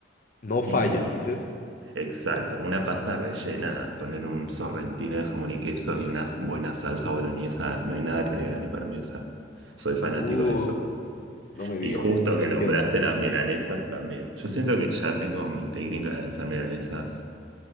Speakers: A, on the left; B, on the right.
A: No falla,
B: Y
A: dices.
B: Exacto, una pasta rellena, poner un sorrentino de jamón y queso y una buena salsa boloñesa, no hay nada que le gane para mí, o sea, soy fanático
A: Uy,
B: de eso.
A: no me digas
B: Y justo
A: eso.
B: que nombraste
A: Qué rico.
B: las milanesas también. Yo siento que ya tengo mi técnica de hacer milanesas